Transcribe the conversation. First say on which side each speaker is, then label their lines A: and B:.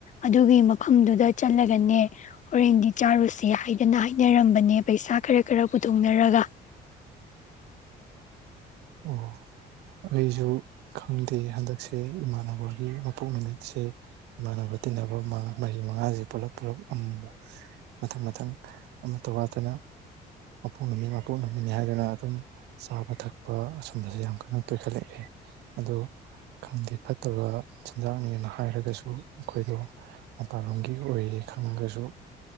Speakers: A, on the left; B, on the right.
A: ꯑꯗꯨꯒꯤ ꯃꯐꯝꯗꯨꯗ ꯆꯠꯂꯒꯅꯦ ꯍꯣꯔꯦꯟꯗꯤ ꯆꯥꯔꯨꯁꯤ ꯍꯥꯏꯗꯅ ꯍꯥꯏ ꯅꯔꯝꯕꯅꯦ ꯄꯩꯁꯥ ꯈꯔ ꯈꯔ ꯄꯨꯊꯣꯛꯅꯔꯒ
B: ꯑꯣ ꯑꯩꯁꯨ ꯈꯪꯗꯦ ꯍꯟꯗꯛꯁꯦ ꯏꯃꯥꯟꯅꯕꯒꯤ ꯃꯄꯣꯛ ꯅꯨꯃꯤꯠꯁꯦ꯫ ꯏꯃꯥꯟꯅꯕ ꯇꯤꯟꯅꯕ ꯃꯔꯤ ꯃꯉꯥꯁꯦ ꯄꯨꯂꯞ ꯄꯨꯂꯞ ꯑꯃꯨꯛ ꯃꯨꯛ ꯃꯊꯪ ꯃꯊꯪ ꯑꯃꯠꯇ ꯋꯥꯗꯅ ꯃꯄꯣꯛ ꯅꯨꯃꯤ ꯃꯀꯣꯛ ꯅꯨꯝꯃꯤꯅꯤ ꯍꯥꯏꯗꯨꯅ ꯑꯗꯨꯝ ꯆꯥꯕ ꯊꯛꯄ ꯑꯁꯨꯝꯕꯁꯦ ꯌꯥꯝ ꯀꯟꯅ ꯇꯣꯏꯈꯠꯂꯛꯑꯦ ꯑꯗꯣ ꯈꯪꯗꯦ ꯐꯠꯇꯕ ꯆꯤꯟꯖꯥꯛꯅꯦꯅ ꯍꯥꯏꯔꯒꯁꯨ ꯑꯩꯈꯣꯏꯗꯣ ꯃꯄꯥꯟꯂꯣꯝꯒꯤ ꯑꯣꯏꯌꯦꯦ ꯈꯪꯉꯒꯁꯨ